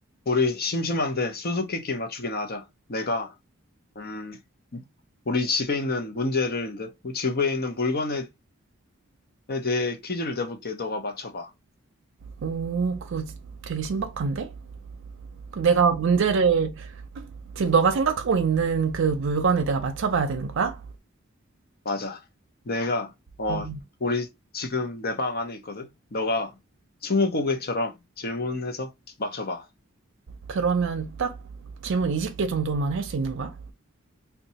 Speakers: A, on the left (about 50°); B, on the right (about 65°).
A: 우리 심심한데 수수께끼 맞추기나 하자. 내가 음 우리 집에 있는 문제를 내- 집에 있는 물건에 에 대해 퀴즈를 내볼게. 너가 맞춰봐.
B: 오 그거 지- 되게 신박한데? 그럼 내가 문제를 지금 너가 생각하고 있는 그 물건에 내가 맞춰봐야 되는 거야?
A: 맞아. 내가 어
B: 어,
A: 우리 지금 내 방 안에 있거든. 너가 스무고개처럼 질문해서 맞춰봐.
B: 그러면 딱 질문 20개 정도만 할 수 있는 거야?